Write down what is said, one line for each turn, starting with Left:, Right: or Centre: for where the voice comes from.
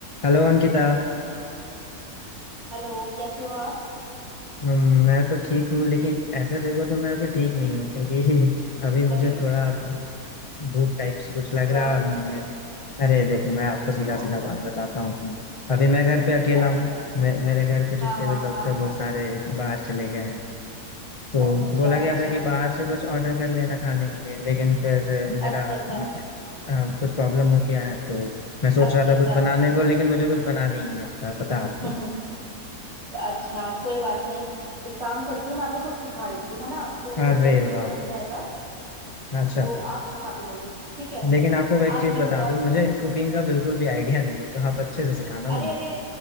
Left: Hello Ankita
Right: हेलो कैसे हो आप
Left: म- मैं तो ठीक हूँ लेकिन ऐसे देखो तो मैं अभी ठीक
Right: <laughs>
Left: नहीं हूँ क्योंकि <laughs> अभी मुझे
Right: अरे
Left: थोड़ा भूख टाइप से कुछ लग
Right: क्या
Left: रहा
Right: हो
Left: है
Right: गया
Left: और मैं अरे देखो मैं आपको सीधा
Right: क्यों
Left: सीधा बात बताता हूँ कि अभी मैं घर पे अकेला
Right: अच्छा
Left: हूँ
Right: अच्छा
Left: मे, मेरे घर पे
Right: हाँ
Left: जितने
Right: हाँ
Left: भी लोग
Right: हाँ
Left: थे
Right: हाँ
Left: वो सारे बाहर चले गए हैं तो
Right: अच्छा अच्छा
Left: बोला गया
Right: अच्छा
Left: था कि बाहर से कुछ ऑर्डर कर लेना खाने के लिए लेकिन फिर मेरा
Right: अच्छा अच्छा
Left: अ, कुछ प्रॉब्लम हो गया है तो मैं सोच
Right: अच्छा
Left: रहा
Right: अच्छा
Left: था कुछ बनाने
Right: अच्छा
Left: को लेकिन मुझे कुछ बनाने ही नहीं आता पता
Right: अच्छा
Left: है आपको
Right: <laughs> अच्छा कोई बात नहीं एक काम करती हूँ मैं आपको कुछ सिखा देती हूँ है ना तो वो
Left: अरे
Right: जल्दी
Left: वाह
Right: से बन जाएगा
Left: अच्छा
Right: तो आप खा भी लोगे ठीक है
Left: लेकिन आपको मैं एक
Right: आप
Left: चीज
Right: ये
Left: बता
Right: बताओ
Left: दूं मुझे कुकिंग का बिल्कुल भी आइडिया नहीं है तो आप अच्छे से सिखाना
Right: अरे
Left: मुझे
Right: अरे